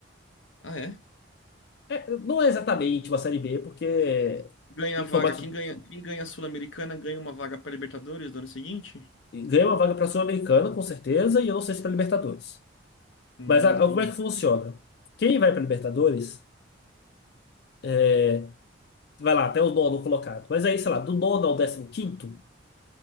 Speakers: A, on the left; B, on the left.
A: Ah, é?
B: É, não é exatamente uma Série B, porque
A: Ganha
B: em
A: a vaga.
B: formato,
A: Quem ganha, quem ganha a Sul-Americana ganha uma vaga para Libertadores do ano seguinte?
B: ganha uma vaga para a Sul-Americana, com certeza, e eu não sei se para Libertadores.
A: Hum,
B: Mas a-
A: entendi.
B: como é que funciona? Quem vai para Libertadores, é, vai lá até o nono colocado. Mas aí, sei lá, do nono ao décimo quinto,